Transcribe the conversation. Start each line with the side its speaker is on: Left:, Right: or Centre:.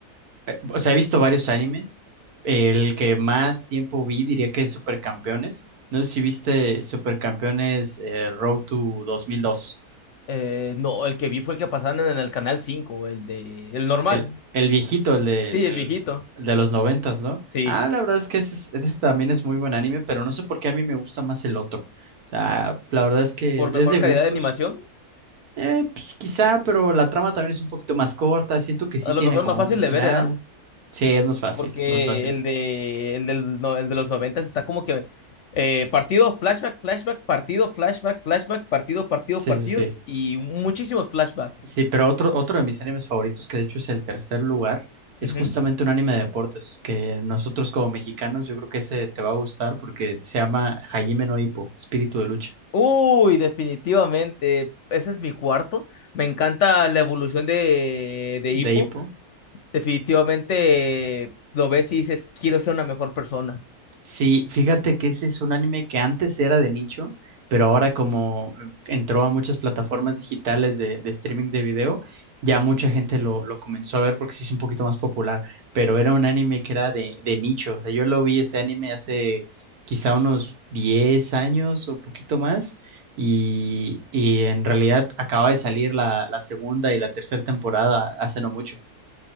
Right: Eh, O sea, he visto varios animes. El que más tiempo vi diría que es Supercampeones. No sé si viste Supercampeones eh, Road to 2002.
Left: Eh, no, el que vi fue el que pasaban en el canal cinco el de el normal.
Right: El, el viejito, el de,
Left: Sí,
Right: el,
Left: el viejito.
Right: el de los noventas, ¿no?
Left: Sí,
Right: Ah, la verdad es que ese, es- ese también es muy buen anime, pero no sé por qué a mí me gusta más el otro. O sea, la verdad es que
Left: por
Right: es
Left: mejor
Right: de gustos.
Left: calidad de animación.
Right: Eh, pues quizá, pero la trama también es un poquito más corta. Siento que sí
Left: A
Right: tiene
Left: lo mejor
Right: como
Left: es más fácil
Right: un
Left: de
Right: final.
Left: ver, ¿verdad?
Right: Sí, es más fácil,
Left: Porque
Right: más fácil.
Left: el de el del no- el de los noventas está como que eh, partido, flashback, flashback, partido, flashback, flashback, partido, partido,
Right: Sí,
Left: partido
Right: sí, sí.
Left: y muchísimos flashbacks.
Right: Sí, pero otro, otro de mis animes favoritos, que de hecho es el tercer lugar, es
Left: Ujú.
Right: justamente un anime de deportes, que nosotros como mexicanos yo creo que ese te va a gustar porque se llama Hajime no Ippo, Espíritu de lucha,
Left: Uy, definitivamente. Ese es mi cuarto. Me encanta la evolución de, de
Right: de
Left: Hippo.
Right: Ippo.
Left: Definitivamente lo ves y dices, quiero ser una mejor persona.
Right: Sí, fíjate que ese es un anime que antes era de nicho, pero ahora como eh, entró a muchas plataformas digitales de, de streaming de video, ya mucha gente lo, lo comenzó a ver porque se hizo un poquito más popular, pero era un anime que era de, de nicho, o sea, yo lo vi ese anime hace quizá unos 10 años o poquito más y, y en realidad acaba de salir la, la segunda y la tercera temporada hace no mucho.